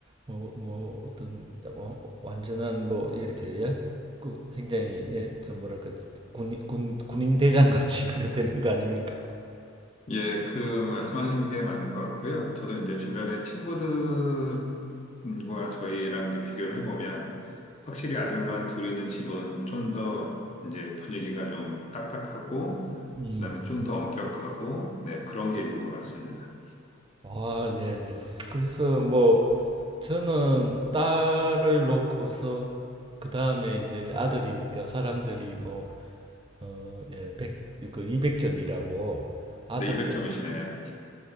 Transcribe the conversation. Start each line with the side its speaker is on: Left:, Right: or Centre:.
Right: 뭐 뭐 어떤 와- 완전한 뭐 이렇게 예? 그 굉장히 예 좀 뭐랄까 군인 군 군인 대장 같이 <laughs> 그래 되는 거 아닙니까?
Left: 예, 그 말씀하신 게 맞는 것 같고요. 저도 이제 주변에 친구들과 저희랑 이제 비교를 해보면 확실히 아들만 둘 있는 집은 좀 더 이제 분위기가 좀 딱딱하고
Right: 음.
Left: 그다음에 좀 더 엄격하고 네, 그런 게 있는 것 같습니다.
Right: 아, 네, 네. 그래서 뭐 저는 딸을 놓고서 그 다음에 이제 아들이니까 사람들이 뭐 어, 예, 백그 200점이라고 아들도
Left: 네, 200점이시네요.